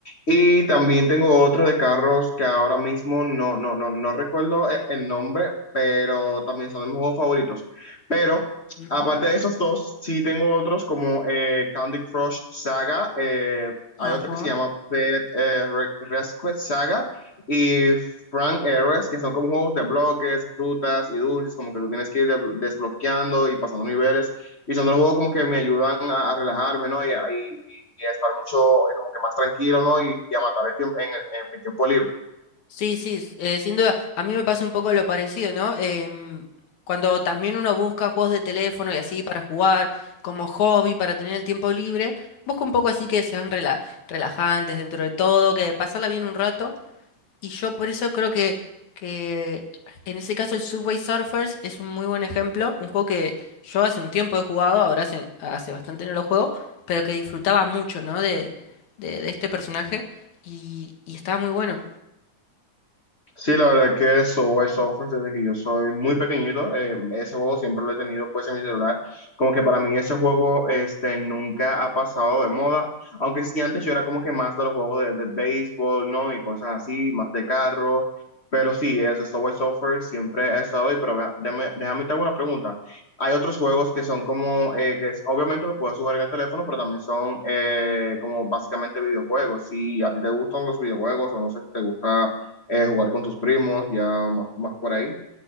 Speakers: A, on the left (about 25°); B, on the left (about 75°).
A: Y también tengo otro de carros que ahora mismo no, no, no, no recuerdo e- el nombre, pero también son de mis juegos favoritos. Pero
B: Ujú.
A: aparte de esos dos, sí tengo otros como eh, Candy Crush Saga, eh, hay
B: Ajá.
A: otro que se llama Pet eh, Re- Rescue Saga y Frank Heroes, que son como juegos de bloques, frutas y dulces, como que tú tienes que ir de- desbloqueando y pasando niveles. Y son dos juegos como que me ayudan a, a relajarme, ¿no? Y, y a estar mucho, eh, como que más tranquilo, ¿no? Y, y a matar el tiempo en, en mi tiempo libre.
B: Sí, sí, s- eh, sin duda. A mí me pasa un poco lo parecido, ¿no? Em, cuando también uno busca juegos de teléfono y así para jugar, como hobby, para tener el tiempo libre, busca un poco así que sean rela- relajantes dentro de todo, que pasarla bien un rato. Y yo por eso creo que, que en ese caso el Subway Surfers es un muy buen ejemplo, un juego que yo hace un tiempo he jugado, ahora hace, hace bastante no lo juego, pero que disfrutaba mucho, ¿no? De, de, de este personaje y, y estaba muy bueno.
A: Sí, la verdad que Subway Surfers, desde que yo soy muy pequeñito, eh, ese juego siempre lo he tenido pues en mi celular. Como que para mí ese juego este, nunca ha pasado de moda. Aunque sí, antes yo era como que más de los juegos de, de béisbol, ¿no? Y cosas así, más de carro. Pero sí, ese Subway Surfers siempre ha estado ahí. Pero vea, déjame, déjame te hago una pregunta. Hay otros juegos que son como, eh, que es- obviamente lo puedes jugar en el teléfono, pero también son eh, como básicamente videojuegos. Si a ti te gustan los videojuegos o no sé si te gusta eh, jugar con tus primos, ya más, más por ahí.